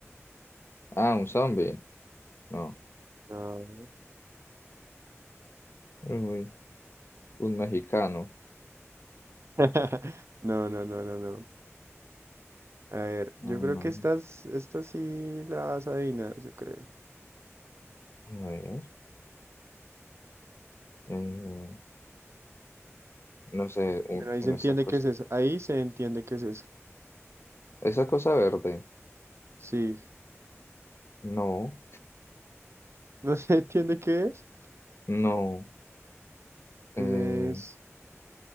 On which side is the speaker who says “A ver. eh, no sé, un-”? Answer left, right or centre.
Left